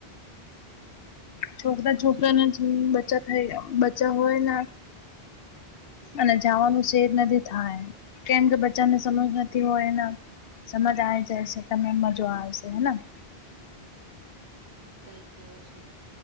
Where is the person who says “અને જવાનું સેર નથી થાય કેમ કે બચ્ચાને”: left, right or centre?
Left